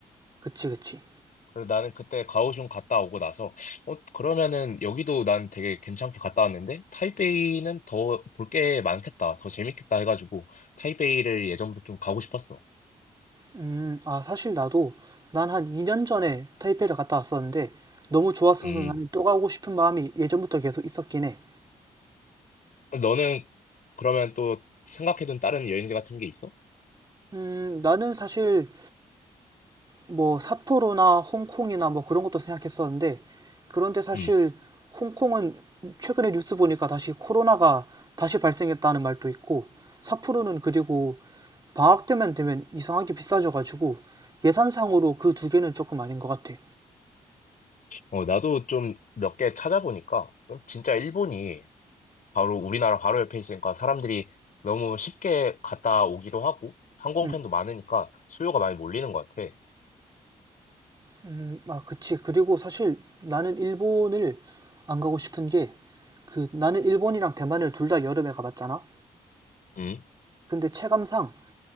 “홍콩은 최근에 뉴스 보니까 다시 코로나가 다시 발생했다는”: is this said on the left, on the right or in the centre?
Right